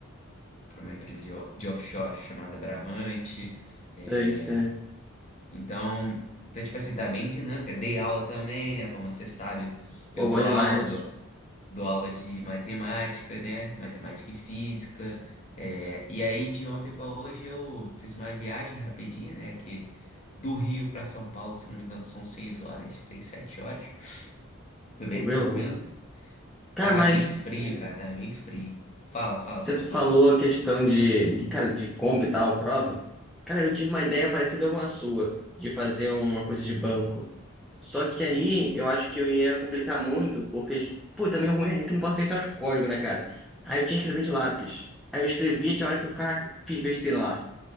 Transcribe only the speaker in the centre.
sei, sei.
Pô,
bom demais.
Tranquilo,
bom. Cara,
mas
é,
você
falou
a questão de, de, cara, de comp e tal, prova. Cara, eu tive uma ideia parecida com a sua, de fazer uma coisa de banco. Só que aí eu acho que eu ia complicar muito, porque, pô, também o ruim é que eu não posso testar os códigos, né, cara? Aí eu tinha que escrever de lápis. Aí eu escrevi, tinha hora que eu ficava, fiz besteira lá.